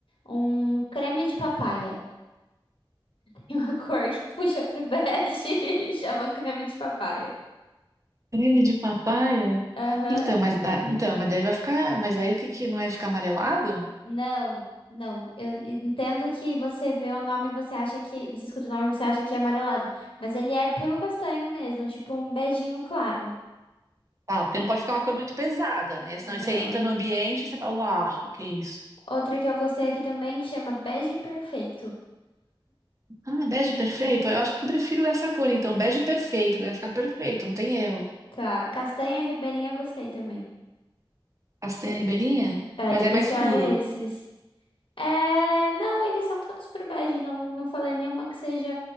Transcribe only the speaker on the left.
um creme de papaya. Tem uma <laughs> cor que puxa pro bege <laughs> e chama creme de papaya.
Aham,
Não, não. Eu entendo que você vê o nome, e você acha que. Você escuta o nome, e você acha que é amarelado. Mas ele é puro castanho mesmo, tipo um beijinho claro.
Não.
Outra que eu gostei aqui também chama Bege Perfeito.
Tá. Castanha Ribeirinha gostei também.
De-
é,
depois
você
olha esses. É, não, eles são todos pro bege. Não, não falei nenhuma que seja